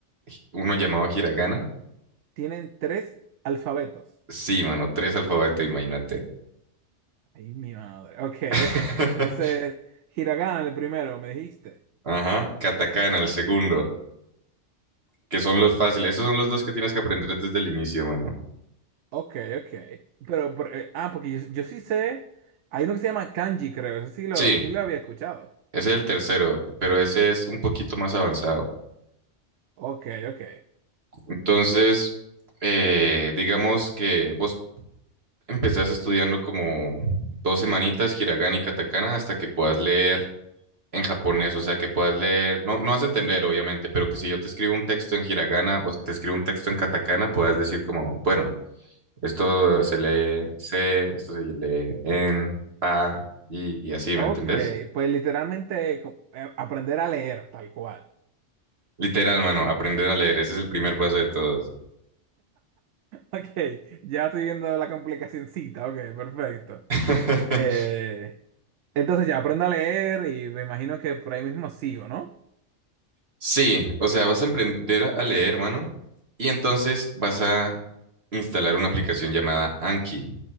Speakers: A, on the right; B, on the right.
A: hi- uno llamado hiragana.
B: Tienen tres alfabetos.
A: Sí, mano, tres alfabetos, imagínate.
B: Ay, mi madre. Ok,
A: <laughs>
B: ok. Entonces, Hiragana, el primero, me dijiste.
A: Ajá, katakana, el segundo, que son los fáciles. Esos son los dos que tienes que aprender desde el inicio, mano.
B: Ok, ok. Pero, por- eh, ah, porque yo, yo sí sé. Hay uno que se llama kanji, creo. eso sí lo,
A: Sí,
B: sí lo había escuchado.
A: ese es el tercero, pero ese es un poquito más avanzado.
B: Ok, ok.
A: Entonces, eh, digamos que vos Empezás estudiando como dos semanitas hiragana y katakana hasta que puedas leer en japonés, o sea, que puedas leer, no, no vas a entender, obviamente, pero que si yo te escribo un texto en hiragana o te escribo un texto en katakana, puedas decir como, bueno, esto se lee se, esto se lee en pa y, y así,
B: Ok,
A: ¿me entendés?
B: pues literalmente co- eh, aprender a leer, tal cual.
A: Literal, mano, aprender a leer, ese es el primer paso de todos.
B: Ok, ya estoy viendo la complicacioncita, ok, perfecto.
A: <laughs>
B: Eh, entonces ya aprendo a leer y me imagino que por ahí mismo sigo, ¿no?
A: Sí, o sea, vas a aprender a leer, mano, y entonces vas a instalar una aplicación llamada Anki.